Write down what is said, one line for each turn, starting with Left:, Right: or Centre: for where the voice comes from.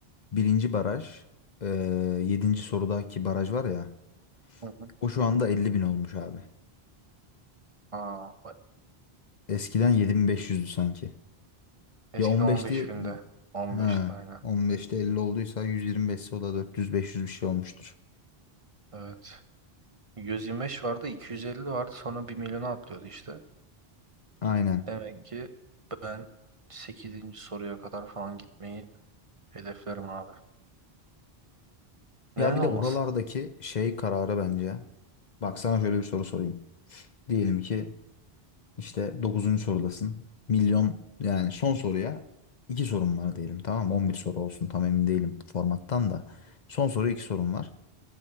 Left: birinci baraj, e, 7. sorudaki baraj var ya,
Right: Hı hı.
Left: o şu anda 50 bin olmuş abi.
Right: Aa, bak.
Left: Eskiden 7500'dü sanki.
Right: eskiden
Left: Ya 15'ti,
Right: 15 binde. 15'te
Left: ha,
Right: aynen.
Left: 15'te 50 olduysa 125'se o da 400-500 bir şey olmuştur.
Right: Evet. 125 vardı, 250 vardı. Sonra bir milyona atlıyordu işte.
Left: Aynen.
Right: Demek ki ben sekizinci soruya kadar falan gitmeyi hedeflerim abi. Neden
Left: Ya bir
Right: olmasın?
Left: de oralardaki şey kararı bence. Bak sana şöyle bir soru sorayım. Diyelim ki İşte dokuzuncu sorudasın. Milyon yani son soruya iki sorum var diyelim tamam mı? on bir soru olsun tam emin değilim formattan da. Son soru iki sorum var.